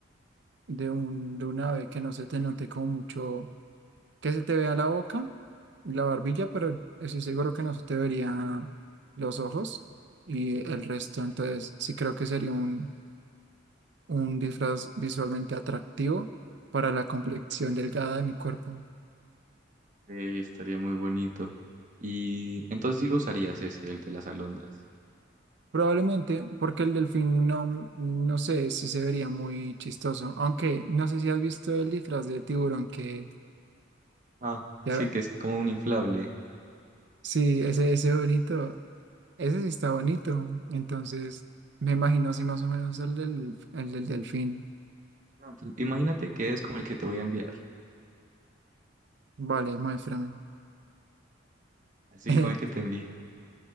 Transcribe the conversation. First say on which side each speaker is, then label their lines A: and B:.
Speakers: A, on the right; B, on the right.
A: de un, de un ave que no se te note como mucho. que se te vea la boca y la barbilla, pero estoy seguro que no se te vería los ojos y el resto. Entonces, sí creo que sería un, un disfraz visualmente atractivo para la complexión delgada de mi cuerpo.
B: eh, estaría muy bonito. Y entonces sí lo usarías ese, el de las alondras.
A: Probablemente porque el delfín no, no sé si se vería muy chistoso, aunque no sé si has visto el disfraz de tiburón que
B: Ah,
A: ya,
B: sí, que es como un inflable.
A: sí, ese, ese bonito. Ese sí está bonito. Entonces, me imagino así más o menos el del, el del delfín.
B: No, pues, imagínate que es como el que te voy a enviar,
A: Vale, muéstrame.
B: así
A: <laughs> Ese
B: como el que te envié.